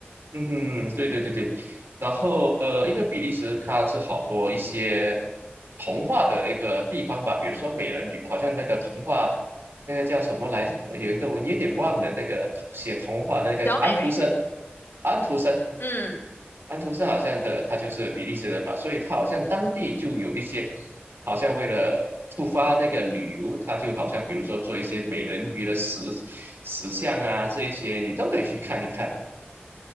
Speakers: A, on the right; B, on the left.
A: 嗯哼，对对对对，然后呃，因为比利时它是好多一些童话的一个地方吧，比如说美人鱼，好像那个童话那个叫什么来着？有一个我有点忘了，那个写童话的那个安徒生，
B: 小美人鱼。
A: 安徒生，
B: 嗯
A: 安徒生好像的他就是比利时人嘛，所以他好像当地就有一些，好像为了触发那个旅游，他就好像比如说做一些美人鱼的石石像啊，这一些你都可以去看一看。